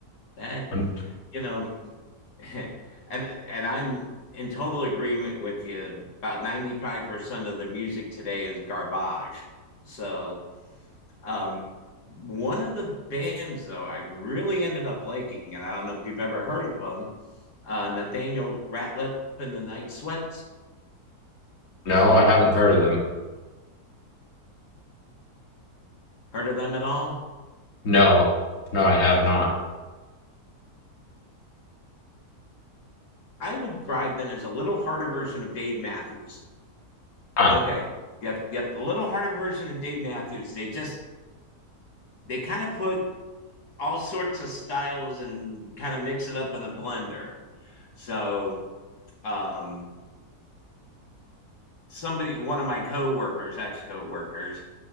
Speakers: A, on the left; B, on the left.
A: That
B: Um,
A: you know, <laughs> and and I'm in total agreement with you. About 95% of the music today is garbage. So, um, one of the bands though I really ended up liking, and I don't know if you've ever heard of them, uh, Nathaniel Ratliff and the Night Sweats.
B: No, I haven't heard of them.
A: Heard of them at all?
B: No, no, I have not.
A: I would describe them as a little harder version of Dave Matthews.
B: Huh.
A: Okay, yep, yep, a little harder version of Dave Matthews. They just they kind of put all sorts of styles and kind of mix it up in a blender. So, um, somebody, one of my coworkers, ex coworkers,